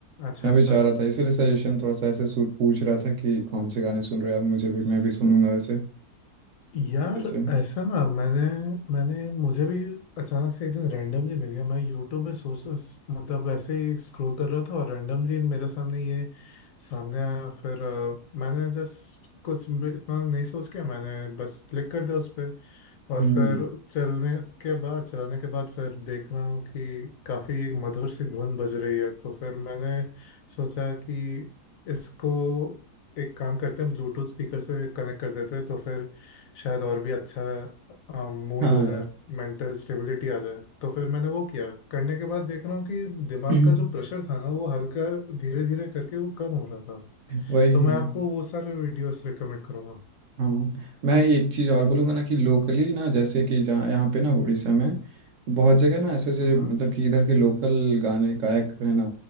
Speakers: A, on the left; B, on the right.
A: अच्छा
B: मैं
A: अच्छा
B: भी चाह रहा था इसीलिए सजेशन थोड़ा सा ऐसे सु- पूछ रहा था कि कौन से गाने सुन रहे हो आप मुझे भी मैं भी सुनूंगा ऐसे
A: यार
B: ऐसे
A: ऐसा ना मैंने मैंने मुझे भी अचानक से एक दिन रैंडमली मिल गया मैं यूट्यूब में सोच मतलब ऐसे ही स्क्रॉल कर रहा था और रैंडमली मेरे सामने ये सामने आया फिर अ, मैंने जस्ट कुछ भी- इतना नहीं सोच के मैंने बस क्लिक कर दिया उस पे और
B: हम्म
A: फिर चलने के बाद चलाने के बाद फिर देख रहा हूँ कि काफी एक मधुर सी धुन बज रही है तो फिर मैंने सोचा कि इसको एक काम करते हैं ब्लूटूथ स्पीकर से कनेक्ट कर देते हैं तो फिर शायद और भी अच्छा मूड
B: हाँ
A: हो जाए
B: यार
A: मेंटल स्टेबिलिटी आ जाए तो फिर मैंने वो किया करने के बाद देख रहा हूँ कि दिमाग
B: <clears throat>
A: का जो प्रेशर था ना वो हल्का धीरे धीरे करके वो कम हो रहा था
B: वही
A: तो
B: है
A: मैं आपको वो सारे वीडियोस रिकमेंड करूँगा
B: हाँ मैं एक चीज़ और बोलूँगा ना कि लोकली ना जैसे कि जहाँ यहाँ पे ना उड़ीसा में बहुत जगह ना ऐसे ऐसे
A: हाँ
B: मतलब कि इधर के लोकल गाने गायक है ना